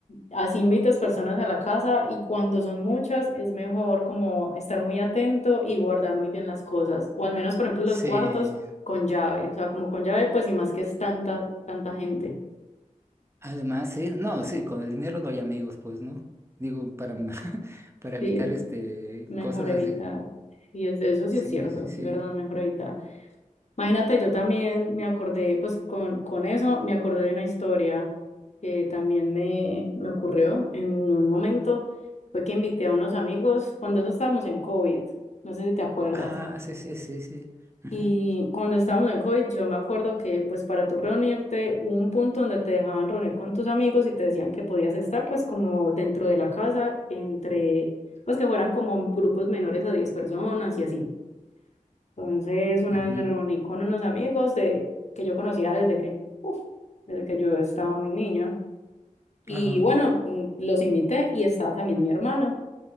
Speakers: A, on the left (about 55°); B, on the right (about 20°).
A: así invitas personas a la casa y cuando son muchas es mejor como estar muy atento y guardar muy bien las cosas, o al menos, por ejemplo, los
B: Sí.
A: cuartos con llave, o sea, como con llave, pues y más que es tanta, tanta gente,
B: Además, sí, no, sí, con el dinero no hay amigos, pues, ¿no? Digo, para, <laughs> para evitar
A: sí, es
B: este
A: mejor
B: cosas
A: evitar.
B: así.
A: Y es, eso
B: Sí,
A: sí es cierto,
B: sí, sí.
A: es verdad, mejor evitar. Imagínate, yo también me acordé, pues con, con eso me acordé de una historia que también me, me ocurrió en un momento. Fue que invité a unos amigos cuando eso estábamos en COVID, no sé si te acuerdas.
B: Ah, sí, sí, sí, sí. Ujú,
A: Y cuando estábamos en COVID, yo me acuerdo que pues para tú reunirte hubo un punto donde te dejaban reunir con tus amigos y te decían que podías estar pues como dentro de la casa, entre, pues que fueran como grupos menores a 10 personas y así. Entonces, una
B: ujú.
A: vez me reuní con unos amigos de, que yo conocía desde que, uf, desde que yo estaba muy niña. Y
B: Ah,
A: bueno, mm, los invité y estaba también mi hermana,